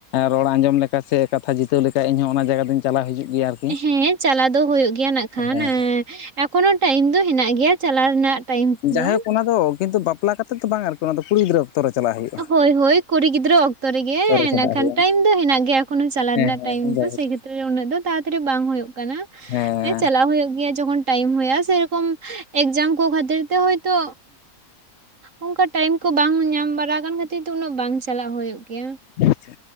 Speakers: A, on the left (about 65°); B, on the right (about 55°).
A: ᱨᱚᱲ ᱟᱸᱡᱚᱢ ᱞᱮᱠᱟ ᱥᱮ ᱠᱟᱛᱷᱟ ᱡᱤᱛᱟᱹᱣ ᱞᱮᱠᱟ ᱤᱧᱦᱚᱸ ᱚᱱᱟ ᱡᱟᱭᱜᱟ ᱫᱚᱧ ᱪᱟᱞᱟᱣ ᱦᱤᱡᱩᱜ ᱜᱮᱭᱟ ᱟᱨᱠᱤ
B: ᱦᱮᱸ ᱪᱟᱞᱟᱣ ᱫᱚ ᱦᱩᱭᱩᱜ ᱜᱮᱭᱟ ᱱᱟᱜ ᱠᱷᱟᱱ
A: ᱦᱮᱸ
B: ᱮᱠᱷᱚᱱᱚ ᱴᱟᱭᱤᱢ ᱫᱚ ᱦᱮᱱᱟᱜ ᱜᱮᱭᱟ ᱜᱮᱭᱟ ᱪᱟᱞᱟᱣ ᱨᱮᱱᱟᱜ ᱴᱟᱭᱤᱢ
A: ᱦᱮᱸ
B: ᱫᱚ
A: ᱡᱟᱭᱦᱳᱠ ᱚᱱᱟ ᱫᱚ ᱠᱤᱱᱛᱩ ᱵᱟᱯᱞᱟ ᱠᱟᱛᱮᱜ ᱫᱚ ᱵᱟᱝ ᱟᱨᱠᱤ ᱚᱱᱟᱫᱚ ᱠᱩᱲᱤ ᱜᱤᱫᱽᱨᱟᱹ ᱚᱠᱛᱚ ᱨᱮ ᱪᱟᱞᱟᱜ ᱦᱩᱭᱩᱜᱼᱟ
B: ᱦᱳᱭ ᱦᱳᱭ ᱠᱩᱲᱤ ᱜᱤᱫᱽᱨᱟᱹ ᱚᱠᱛᱚ ᱨᱮᱜᱮ
A: ᱨᱮ
B: ᱤᱱᱟᱹ
A: ᱪᱟᱞᱟᱜ
B: ᱠᱷᱟᱱ
A: ᱦᱩᱭᱩᱜᱼᱟ
B: ᱴᱟᱭᱤᱢ ᱫᱚ ᱦᱮᱱᱟᱜ ᱜᱮᱭᱟ ᱮᱠᱷᱚᱱ ᱦᱚᱸ ᱪᱟᱞᱟᱣ
A: ᱦᱮᱸ
B: ᱨᱮᱱᱟᱜ ᱴᱟᱭᱤᱢ
A: ᱦᱮᱸ
B: ᱫᱚ
A: ᱡᱟᱭᱦᱳᱠ
B: ᱥᱮ ᱠᱷᱮᱛᱤᱨ ᱩᱱᱟᱹᱜ ᱫᱚ ᱛᱟᱲᱟᱛᱟᱲᱤ ᱵᱟᱝ ᱦᱩᱭᱩᱜ ᱠᱟᱱᱟ
A: ᱦᱮᱸ
B: ᱪᱟᱞᱟᱣ ᱦᱩᱭᱩᱜ ᱜᱮᱭᱟ ᱡᱚᱠᱷᱚᱱ ᱴᱟᱭᱤᱢ ᱦᱩᱭᱩᱜᱼᱟ ᱥᱮᱨᱚᱠᱚᱢ ᱮᱠᱡᱟᱢ ᱠᱚ ᱠᱷᱟᱹᱛᱤᱨ ᱛᱮ ᱦᱳᱭᱛᱳ ᱚᱱᱠᱟ ᱴᱟᱭᱤᱢ ᱠᱚ ᱵᱟᱝ ᱧᱟᱢ ᱵᱟᱲᱟ ᱠᱟᱱ ᱠᱷᱟᱹᱛᱤᱨ ᱫᱚ ᱩᱱᱟᱹᱜ ᱵᱟᱝ ᱪᱟᱞᱟᱜ ᱦᱩᱭᱩᱜ ᱜᱮᱭᱟ
A: ᱟᱪᱪᱷᱟ